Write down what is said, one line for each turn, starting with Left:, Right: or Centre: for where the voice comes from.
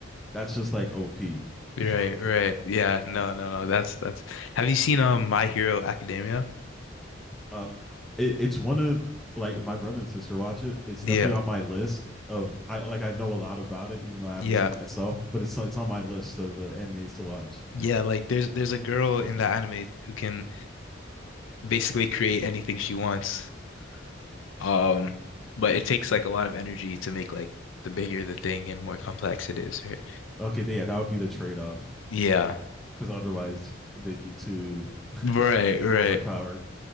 Centre: that's just like OP.
Left: right,
Centre: <laughs>
Left: right. Yeah, no, no, no. That's that's. Have you seen um My Hero Academia?
Centre: Um, it, it's one of like my brother and sister watch it. It's
Left: Yeah,
Centre: definitely on my list of I like I know a lot about it, even though I
Left: yeah,
Centre: haven't seen it myself. But it's it's on my list of uh, animes to watch.
Left: yeah.
Centre: <laughs>
Left: Like there's there's a girl in that anime who can basically create anything she wants. Um, but it takes like a lot of energy to make like the bigger the thing and more complex it is, right?
Centre: Okay, yeah, that would be the trade off
Left: Yeah.
Centre: because otherwise they'd be too
Left: Right, right.
Centre: overpowered.